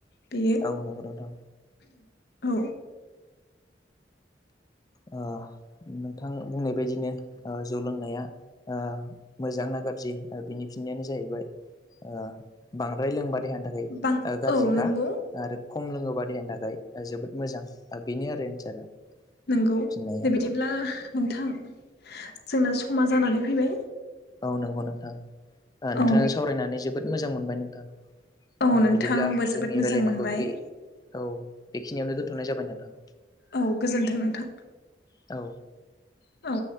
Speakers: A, on the left; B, on the left.
A: बेयो
B: औ नंगौ नोंथां
A: औ
B: ओ नोंथां बुंनाय बायदिनो ओ जौ लोंनाया ओ मोजां ना गाज्रि बिनि फिननाययानो जाहैबाय ओ बांद्राय लोंबा देहानि थाखाय
A: बां
B: गाज्रिखा
A: औ नंगौ
B: आरो खम लोङोबा देहानि थाखाय जोबोद मोजां बेनो आरो एन्सारा
A: नोंगौ
B: फिननाया
A: दे बिदिब्ला नोंथां जोंना समा जानानै फैबाय
B: औ नंगौ नोंथां नोंथांजों
A: औ
B: सावरायनानै जोबोद मोजां मोनबाय नोंथां
A: औ
B: ओ
A: नोंथां
B: बिदिब्ला
A: आंबो जोबोद
B: जोंनि
A: मोजां
B: रायलायनायखौ
A: मोनबाय
B: बे औ बेखिनियावनो दोनथ'नाय जाबाय नोंथां
A: औ गोजोन्थों नोंथां
B: औ
A: औ